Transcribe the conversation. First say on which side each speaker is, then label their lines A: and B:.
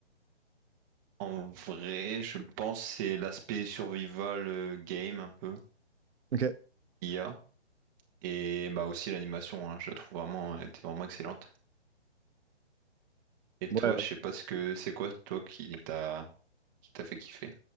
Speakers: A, on the right; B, on the right.
A: En vrai, je pense que c'est l'aspect survival euh, game un peu,
B: Ok. Ouais.
A: IA, et bah aussi l'animation, hein, je la trouve vraiment, elle était vraiment excellente. Et toi,
B: ouais.
A: je sais pas ce que c'est quoi toi qui t'a qui t'a fait kiffer.